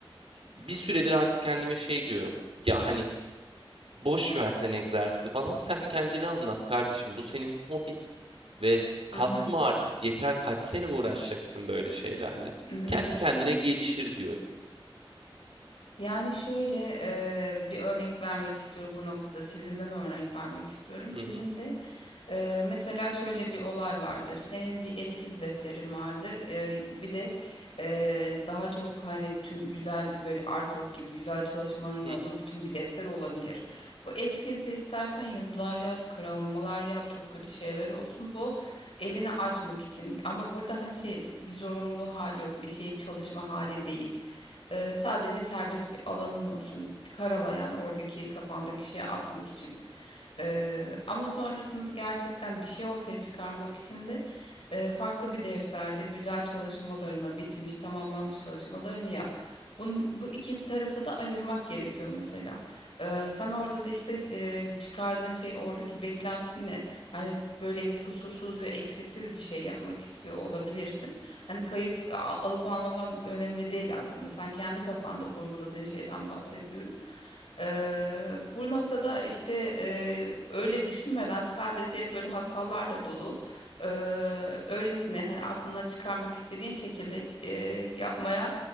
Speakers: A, on the right; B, on the left.
A: bir süredir artık kendime şey diyorum. Ya hani Boş versen egzersizi falan sen kendini anlat kardeşim. Bu senin hobin ve kasma
B: Hı hı.
A: artık yeter kaç sene uğraşacaksın böyle şeylerle.
B: Hmm.
A: Kendi kendine gelişir diyorum.
B: Yani şöyle eee, bir örnek vermek istiyorum bu noktada. Çizimden örnek vermek istiyorum. Çizimde
A: Hı hı
B: Eee, mesela şöyle bir olay vardır. Senin bir eskiz defterin vardır. Eee, bir de eee, daha çok hani tüm güzel böyle artwork gibi güzel çalışmaların
A: hı.
B: olduğu bütün bir defter olabilir. Bu eskizde istersen yazılar yaz, karalamalar yap, çok kötü şeyler olsun. Bu elini açmak için. Ama burada hani şey bir zorunlu hali yok, bir şey çalışma hali değil. Eee, sadece serbest bir alanın olsun. Karalayan oradaki kafandaki şeye atmak için. Eee, ama sonrasında gerçekten bir şey ortaya çıkarmak için de e, farklı bir defterde güzel çalışmalarına bitmiş, tamamlanmış çalışmalarını yap. Bun, bu iki tarafı da ayırmak gerekiyor mesela. E, sen orada da işte e, çıkardığın şey oradaki beklentin ne? Hani böyle kusursuz ve eksiksiz bir şey yapmak istiyor olabilirsin. Hani kayıt a- alıp almaman önemli değil aslında. Sen kendi kafanda kurguladığın şeyden bahsediyorum. E, bu noktada işte e, öyle düşünmeden sadece böyle hatalarla dolu Eee, öylesine hani aklından çıkarmak istediğin şekilde eee, yapmaya